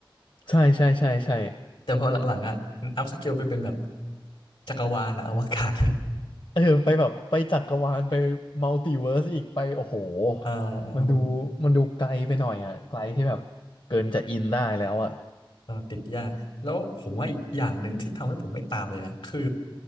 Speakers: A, on the left; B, on the left.
A: ใช่ใช่ใช่ใช่
B: แต่พอหลังๆอ่ะอัพสเกลไปเป็นแบบจักรวาลอะอวกาศ
A: เออไปแบบไปจักรวาลไปมัลติเวิร์สอีกไปโอ้โห
B: อ่า <laughs> อ่าโห
A: มันดูมันดูไกลไปหน่อยอะไกลที่แบบเกินจะอินได้แล้วอะ
B: อ่าติดยากแล้วผมว่าอีกอย่างหนึ่งที่ทำให้ผมไม่ตามเลยนะคือ